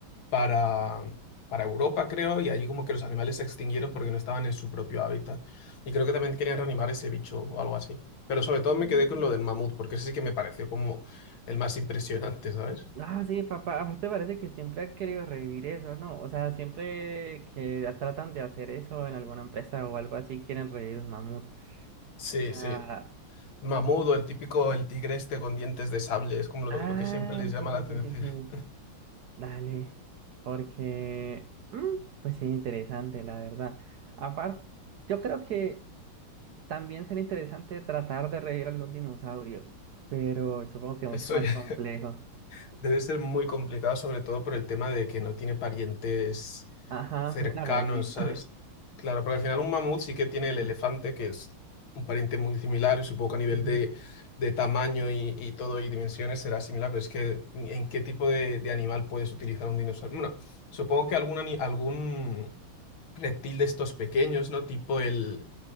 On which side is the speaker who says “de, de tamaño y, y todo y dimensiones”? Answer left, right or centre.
Left